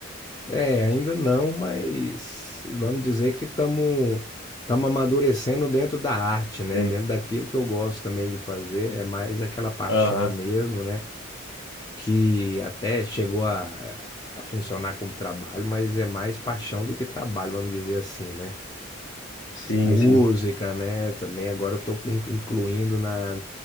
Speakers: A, on the left; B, on the left.
A: É, ainda não, mas vamos dizer que estamos estamos amadurecendo dentro da arte, né?
B: Sim.
A: Dentro daquilo que eu gosto também de fazer, é mais aquela paixão
B: Aham.
A: mesmo, né? Que até chegou a, a funcionar como trabalho, mas é mais paixão do que trabalho, vamos dizer assim, né?
B: Sim,
A: Música,
B: sim.
A: né? Também agora eu estou incluindo na,